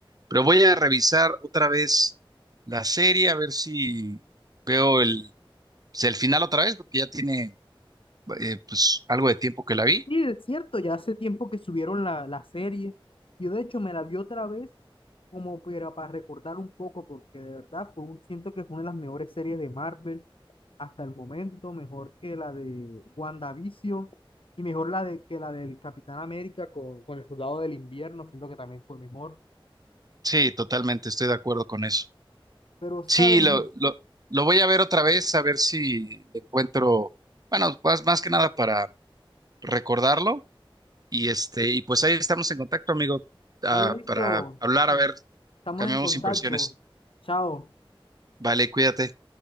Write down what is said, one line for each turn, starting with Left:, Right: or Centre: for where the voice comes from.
Right: Pero voy a revisar otra vez la serie, a ver si veo el, si el final otra vez, porque ya tiene eh, pues algo de tiempo que la vi.
Left: sí es cierto, ya hace tiempo que subieron la, la serie. Yo de hecho me la vi otra vez como para, para recordar un poco, porque de verdad fue un, siento que fue una de las mejores series de Marvel hasta el momento, mejor que la de WandaVision y mejor la de, que la del Capitán América con, con el Soldado del Invierno, siento que también fue mejor.
Right: Sí, totalmente, estoy de acuerdo con eso.
Left: Pero, ¿saben?
Right: Sí, lo, lo, lo voy a ver otra vez, a ver si le encuentro, bueno, más, más que nada para recordarlo. Y este, y pues ahí estamos en contacto, amigo, ah,
Left: Dale listo,
Right: para hablar, a ver,
Left: estamos
Right: cambiamos
Left: en contacto.
Right: impresiones.
Left: Chao.
Right: Vale, cuídate.